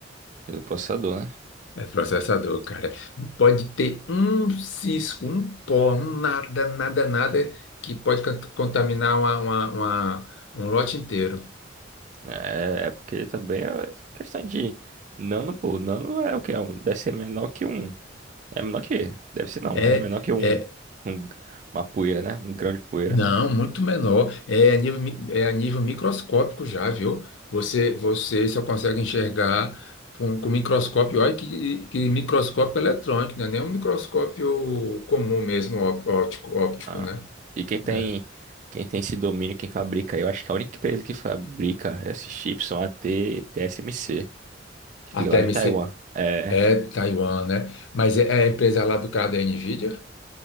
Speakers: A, on the right; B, on the left.
A: do processador, né?
B: É processador, cara. Não pode ter um cisco, um pó, um nada, nada, nada que pode cont- contaminar uma, uma- uma- um lote inteiro.
A: É, é porque também é questão de nano, pô, nano é o que? Deve ser menor que um, é menor que, deve ser não,
B: É,
A: é menor que um,
B: é,
A: um- uma poeira, né? Um grão de poeira.
B: Não, muito menor. É a nível, mi- é a nível microscópico já, viu? Você, você só consegue enxergar com, com microscópio. Olha que, que microscópio eletrônico, não é nem é um microscópio comum mesmo, ó- óptico, óptico,
A: Ah.
B: né?
A: E quem tem,
B: É.
A: quem tem esse domínio, quem fabrica, eu acho que a única empresa que fabrica esses chips são a T- TSMC, que fica
B: A TMC
A: lá em Taiwan. É,
B: é Taiwan, né? Mas é, é a empresa lá do cara da Nvidia?